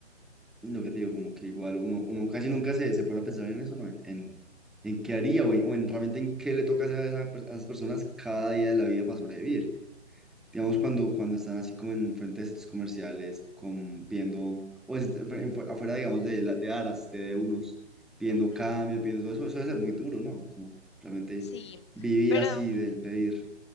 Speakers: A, in the centre; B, on the left.
A: lo que te digo, como que igual uno, uno casi nunca se, se puede pensar en eso, ¿no? En, en, en qué haría o en, o en realmente en qué le toca hacer a, esa per- a esas personas cada día de la vida para sobrevivir. Digamos, cuando, cuando están así como en frente de centros comerciales, con, viendo, o en- en- afuera, digamos, de, la- de aras, de, de unos, viendo
B: Ujú.
A: cambio viendo todo eso, eso debe ser muy duro, ¿no? Como realmente
B: Sí,
A: vivir
B: pero,
A: así del pedir.